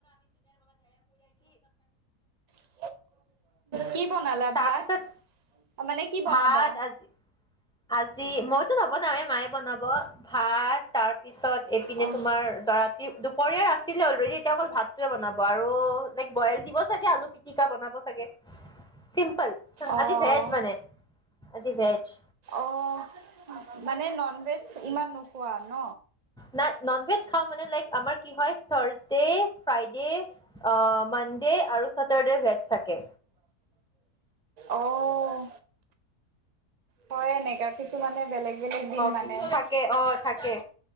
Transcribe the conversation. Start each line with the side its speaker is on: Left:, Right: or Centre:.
Right: <unintelligible> কি বনালা
Centre: তাৰপিছত
Right: ভাত? মানে কি বনাবা?
Centre: ভাত আজি আজি, মইতো নবনাওঁৱে মায়ে বনাব। ভাত তাৰপিছত এইপিনে
Right: অ',
Centre: তোমাৰ দ-ৰাতি দুপৰীয়াৰ আছিলে অলৰেডি, এতিয়া অকল ভাত টোৱে বনাব আৰু লাইক বইল দিব চাগে আলু পিটিকা বনাব চাগে। চিম্পল।
Right: অ',
Centre: আজি ভেজ মানে, আজি ভেজ।
Right: অ', মানে ননভেজ ইমান নোখোৱা ন?
Centre: নাই ননভেজ খাওঁ মানে লাইক আমাৰ কি হয় থৰ্চডে, ফ্ৰাইডে অ', মানডে আৰু চেটাৰ্ডে ভেজ থাকে।
Right: অ', হয় নেক ইয়াত কিছুমানে বেলেগ বেলেগ দিন মানে।
Centre: কি কে। অ', থাকে।